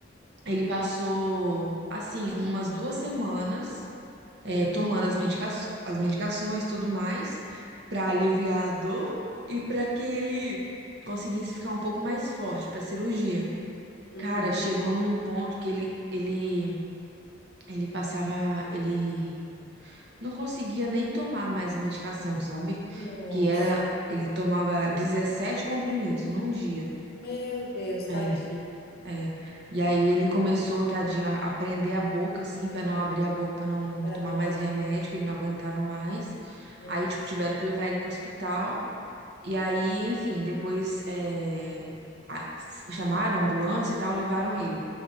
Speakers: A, on the right; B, on the left.
A: ele passou, assim, umas duas semanas, é,
B: uhum.
A: tomando as medica as medicações e tudo mais, pra aliviar a dor e pra que ele conseguisse ficar um pouco mais forte pra cirurgia.
B: Uhum.
A: Cara, chegou num ponto que ele, ele, ele passava, ele não conseguia nem tomar mais a medicação, sabe?
B: Nossa,
A: Que era, ele tomava 17 comprimidos num dia.
B: meu Deus, tadinho,
A: É, é. E aí ele começou, tadinho, a a prender a boca, assim, pra não abrir a boca, pra não
B: para
A: tomar
B: não
A: mais
B: abrir,
A: remédio, que ele não aguentava mais.
B: aham.
A: Aí, tipo, tiveram que levar ele pro hospital. E aí, enfim, depois é, a- chamaram a ambulância e tal, levaram ele.